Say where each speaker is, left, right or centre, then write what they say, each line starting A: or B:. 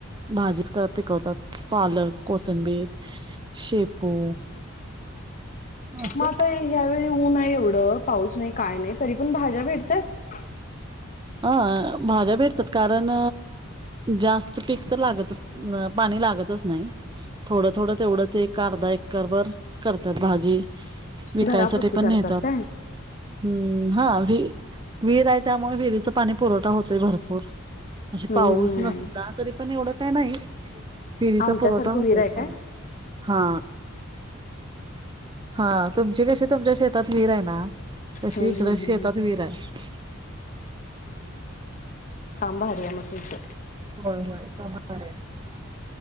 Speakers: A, on the right (about 20°); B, on the left (about 35°).
A: भाजी पिकवतात पार्लर को संबीत शेपू असं
B: मता ह्यावेरी ऊन नाही एवढ पाऊस नाही काय नाही तरी पण भाज्या भेटतात
A: अं भाज्या भेटतात कारण जास्त पीक तर लागत अ पाणी लागतच नाही थोडं थोडं तेवढंच एक अर्धा ए कारभर करतात भाजी विकायसाठी
B: घरापुरती
A: पण
B: करतात
A: नेतात
B: काय
A: हम्म हा व वर त्यामुळे विरीच पाणी पुरवठा होतोय भरपूर अे
B: हम्म
A: पाऊस
B: हम्म हम्म
A: नसला तरी पण एवढं काही नाही फिरीचा
B: आमच्यासारखं
A: पुरवठा होतय
B: विहीर आहे काय?
A: पण हा हा तुमची कशी तुमच्या शेतात हर आहे ना तशी
B: हम्म
A: इकडं
B: हम्म
A: शेतात विर आहे
B: काांब हरमतच
A: होय होय आहे